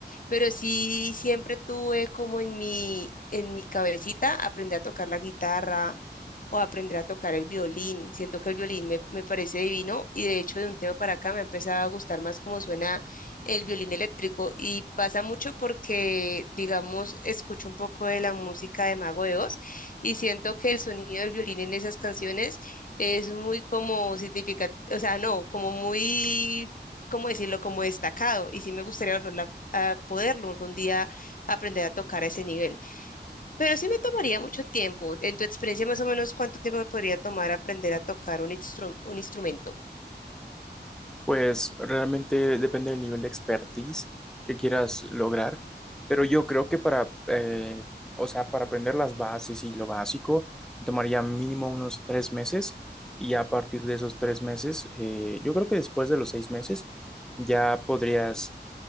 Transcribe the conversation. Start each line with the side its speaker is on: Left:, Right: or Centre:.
Left: Pero sí siempre tuve como en mi, en mi cabecita aprender a tocar la guitarra o aprender a tocar el violín. Siento que el violín me, me parece divino y de hecho de un tiempo para acá me ha empezado a gustar más cómo suena el violín eléctrico y pasa mucho porque, digamos, escucho un poco de la música de Mago de Oz y siento que el sonido del violín en esas canciones es muy como significativo, o sea, no, como muy, ¿cómo decirlo? Como destacado y sí me gustaría volver a poderlo algún día aprender a tocar a ese nivel. Pero sí me tomaría mucho tiempo. En tu experiencia, más o menos, ¿cuánto tiempo me podría tomar aprender a tocar un instru- un instrumento?
Centre: Pues realmente depende del nivel de expertise que quieras lograr, pero yo creo que para, eh, o sea, para aprender las bases y lo básico, tomaría mínimo unos tres meses y ya a partir de esos tres meses, eh, yo creo que después de los seis meses ya podrías